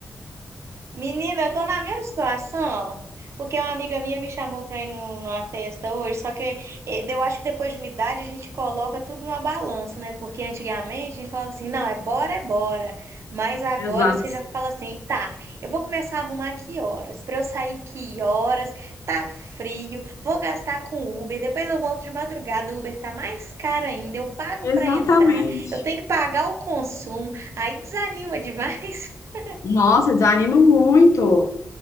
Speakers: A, on the right; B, on the left.
A: Menina, eu tô na mesma situação, porque uma amiga minha me chamou pra ir num- numa festa hoje, só que eh, eu acho que depois de uma idade a gente coloca tudo numa balança, né? Porque antigamente a gente falava assim, não, é bora, é bora. Mas agora
B: Exato.
A: você já fala assim, tá, eu vou começar a arrumar que horas? Pra eu sair que horas? Tá frio, vou gastar com Uber, depois eu volto de madrugada, o Uber tá mais caro ainda, eu pago
B: Exatamente.
A: pra entrar, eu tenho que pagar o consumo, aí desanima demais. <laughs>
B: Nossa, desanima muito.